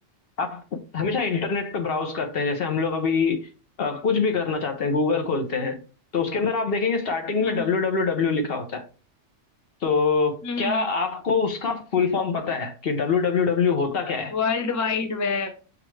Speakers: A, on the left; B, on the left.
A: आप हमेशा इंटरनेट पे ब्राउज करते हैं जैसे हम लोग अभी अ, कुछ भी करना चाहते हैं गूगल खोलते हैं तो उसके अंदर आप देखेंगे स्टार्टिंग
B: हम्म
A: में डब्ल्यू डब्ल्यू डब्ल्यू लिखा होता है तो
B: हम्म
A: क्या आपको उसका फुल फॉर्म पता है कि डब्ल्यू डब्ल्यू डब्ल्यू होता क्या है
B: World wide web